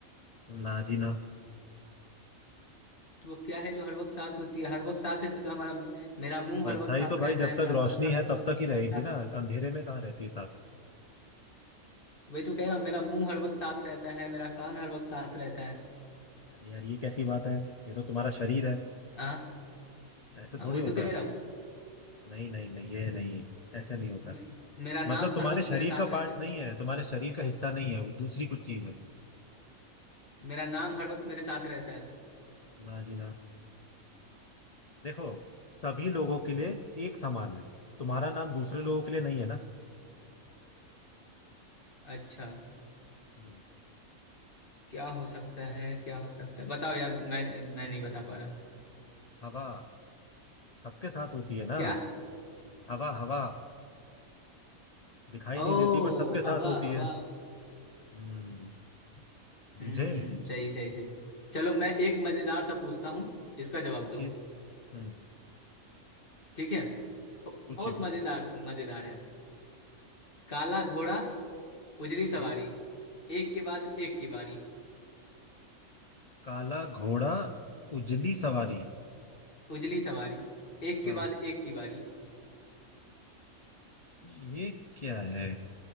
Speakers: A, on the left; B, on the left.
A: ना जी ना
B: तो वो क्या है जो हर वक्त साथ होती है हर वक्त साथ है तो, तो हमारा मेरा मुंह
A: परछाई
B: हर वक्त साथ
A: तो
B: रहता
A: भाई जब
B: है मेरा
A: तक रोशनी
B: कान हर वक्त
A: है तब तक ही रहेगी
B: साथ
A: ना अंधेरे में कहाँ रहती है साथ
B: वही तो कह रहा हूँ मेरा मुंह हर वक्त साथ रहता है मेरा कान हर वक्त साथ रहता है
A: अरे यार ये कैसी बात है ये तो तुम्हारा शरीर है
B: हाँ
A: ऐसे
B: हाँ,
A: थोड़ी
B: वही
A: होता
B: तो कह
A: है
B: रहा हूँ
A: नहीं नहीं नहीं ये नहीं ऐसे नहीं होता
B: मे- मेरा
A: मतलब
B: नाम
A: तुम्हारे
B: हर वक्त
A: शरीर
B: मेरे साथ
A: का पार्ट
B: रहता है
A: नहीं है तुम्हारे शरीर का हिस्सा नहीं है वो दूसरी कुछ चीज है
B: मेरा नाम हर वक्त मेरे साथ रहता है
A: ना जी ना देखो सभी लोगों के लिए एक समान है तुम्हारा नाम दूसरे लोगों के लिए नहीं है ना
B: अच्छा
A: हम्म,
B: क्या हो सकता है क्या हो सकता है बताओ यार मैं मैं नहीं बता पा रहा
A: हवा सबके साथ होती है ना
B: क्या
A: हवा हवा दिखाई
B: ओ
A: नहीं देती पर सबके साथ
B: हवा
A: होती
B: हवा
A: है हम्म बुझे
B: हम्म सही सही सही चलो मैं एक मजेदार सा पूछता हूँ इसका जवाब
A: पूछिए
B: दो
A: हम्म
B: ठीक है
A: पूछिए
B: बहुत
A: पूछिए
B: मजेदार मजेदार है काला घोड़ा उजली सवारी
A: हम्म,
B: एक के बाद एक की बारी
A: काला घोड़ा उजली सवारी
B: उजली सवारी एक के
A: हाँ
B: बाद एक की बारी
A: ये क्या है